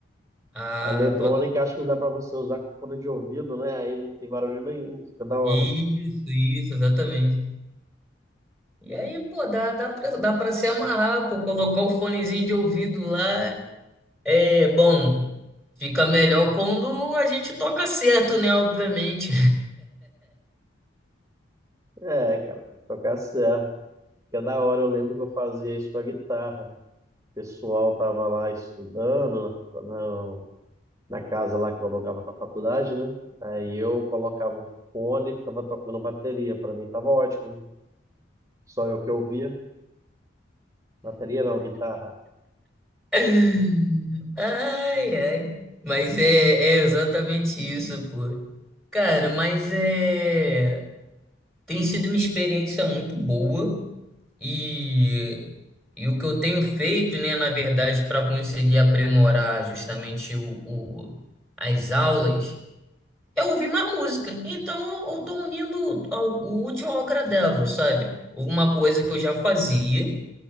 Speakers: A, in the centre; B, on the right.
A: Ah,
B: A eletrônica
A: bota.
B: acho que dá para você usar com fone de ouvido, né? Aí não tem barulho nenhum, fica da hora.
A: Isso, isso, exatamente. E aí, pô, dá, dá pra, dá pra se amarrar, pô, colocar o fonezinho de ouvido lá. É, bom, fica melhor quando a gente toca certo, né? Obviamente.
B: É, cara, tem que tocar certo. Que é da hora, eu lembro que eu fazia isso com a guitarra. O pessoal tava lá estudando na, na, na casa lá que eu alugava para faculdade, né? Aí eu colocava o fone e ficava tocando bateria. Para mim tava ótimo, né? Só eu que ouvia. Bateria não, guitarra.
A: <laughs> Ai, ai. Mas é, é exatamente isso, pô. Cara, mas é. Tem sido uma experiência muito boa e, e o que eu tenho feito, né, na verdade, para conseguir aprimorar justamente o, o- as aulas eu ouvi uma música. Então eu tô unindo ao- o útil ao agradável, sabe? Uma coisa que eu já fazia,